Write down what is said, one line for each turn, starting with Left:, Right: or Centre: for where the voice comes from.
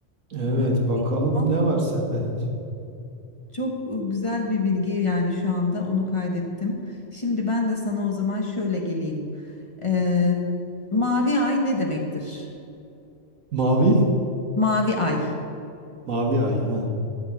Right: Evet
Left: Evet,
Right: bakalım
Left: vallahi
Right: ne var sende? Hadi.
Left: çok güzel bir bilgi yani şu anda onu kaydettim. Şimdi ben de sana o zaman şöyle geleyim. Ee, mavi ay ne demektir?
Right: Mavi?
Left: Mavi ay.
Right: Mavi ay ha.